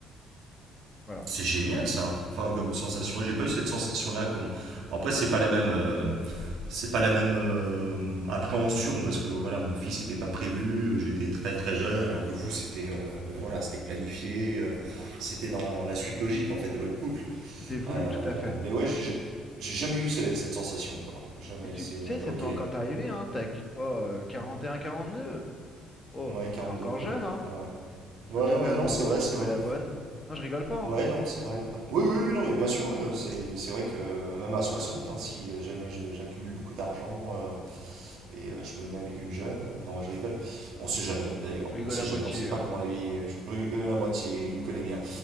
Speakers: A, on the left; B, on the right.
A: Voilà.
B: C'est génial ça. Enfin, comme sensation. Moi, j'ai pas eu cette sensation-là. Comme... Bon, Après, c'est pas la même. euh, c'est pas la même euh, appréhension parce que voilà mon fils n'était pas prévu j'étais très très jeune alors que vous c'était euh, ben voilà c'était planifié euh, c'était dans la suite logique en fait de votre couple
A: C'était voulu,
B: Euh,
A: tout à fait.
B: mais ouais j'ai j'ai jamais eu ce- cette sensation quoi jamais
A: Et tu
B: c'est
A: tu
B: euh,
A: sais, ça
B: ok
A: peut encore t'arriver, hein. T'as qu- quoi, euh, quarante deux Oh,
B: ouais 42
A: t'es encore
B: ouais
A: jeune, hein.
B: ouais ouais
A: Tu peux
B: Ouais,
A: tomber
B: ouais,
A: amoureux,
B: non c'est vrai
A: trouver
B: c'est vrai
A: la bonne. Non, je rigole pas, hein.
B: ouais non c'est vrai oui oui oui non mais bien sûr euh, c'est c'est vrai que même à soixante hein, si jamais je- j'accumule beaucoup d'argent euh, et euh, je me mets avec une jeune. Euh, Non, je rigole. On sait jamais d'ailleurs.
A: Je rigole
B: On sait
A: à moitié,
B: jamais. On sait pas
A: hein.
B: comment la vie est. Je rigole à moitié. Il me connaît bien.